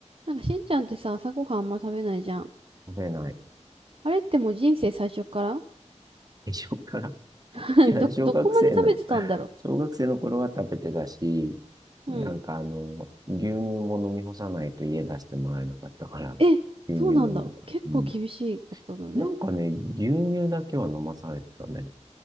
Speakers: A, on the right (about 50°); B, on the right (about 30°).
A: なんかしんちゃんってさ、朝ごはんあんま食べないじゃん。
B: 食べない。
A: あれってもう人生最初から
B: <laughs> 一緒から。
A: <laughs>
B: <laughs> いや、
A: ど、
B: 小学生の、
A: どこまで食べてたんだろ
B: 小学生の頃は食べてたし、
A: う。
B: なんかあの、
A: うん。
B: 牛乳も飲み干さないと家出してもらえなかったから、
A: え、
B: 牛乳飲んでた。
A: そうなんだ。結構厳しいことだね。
B: うん。なんかね、牛乳だけは飲まされてたね。